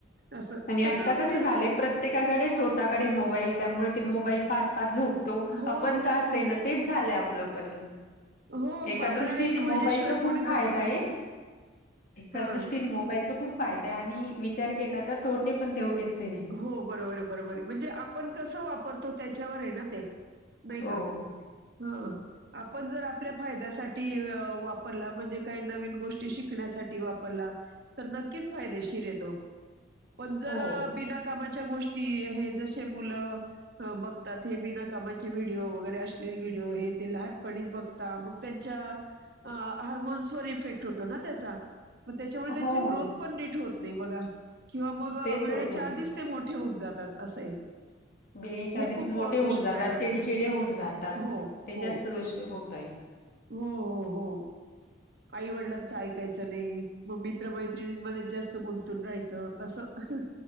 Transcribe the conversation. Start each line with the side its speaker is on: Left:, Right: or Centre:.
Right: असं
Left: आणि
Right: सगळं
Left: आता
Right: रुटीगं-
Left: कसं झालंय प्रत्येकाकडे स्वतःकडे मोबाईल, त्यामुळे ते मोबाईल पाह- पाहत झोपतो,
Right: हो
Left: आपण का असे
Right: हो
Left: ना तेच झालंय आपलं पण,
Right: हो
Left: एका
Right: बारा
Left: दृष्टीने
Right: एक वाजेशिवाय
Left: मोबाईलचा खूप
Right: कोणी झोपतच
Left: फायदा आहे.
Right: नाही.
Left: एका
Right: हा
Left: दृष्टीने मोबाईल खु- खूप फायदा आहे, आणि विचार केला तर तोटे पण तेवढेच आहे.
Right: हो बरोबर बरोबर आहे, म्हणजे आपण कसं वापरतो त्याच्यावर आहे ना ते, नाही
Left: हो,
Right: का हं, आपण जर आपल्या फायद्यासाठी वापरला, म्हणजे काही नवीन गोष्टी शिकण्यासाठी वापरला. तर नक्कीच फायदेशीर येतो, पण जर-
Left: हो,
Right: बिना कामाच्या गोष्टी आहे, जसे मुलं- बघतात, हे बिनाकामाचे व्हिडिओ वगैरे अशल्लिल व्हिडिओ हे ते लहानपणीच बघ- ता मग त्यांच्या, हार्मोन्सवर इफेक्ट होतो ना त्याचा. मग त्याच्यामुळे त्यांची
Left: हो.
Right: ग्रोथ पण नीट होत नाही बघा, किंवा मग
Left: तेच
Right: वेत-
Left: होतंय.
Right: नुसते मोठे होऊ जातात. असे हे,
Left: वेळेच्या आधी
Right: खूप
Left: मोठे
Right: अ,
Left: होऊन
Right: दुष्परिणाम
Left: जातात, चिडचिडे होऊन जातात,
Right: हो,
Left: ते
Right: हो.
Left: जास्त दोष होत. ताई
Right: हो हो हो. आई वडिलांचं ऐकायचं नाही, मग मित्र मैत्रिणींमध्ये जास्त गुंतून राहायचं असं, अं हं,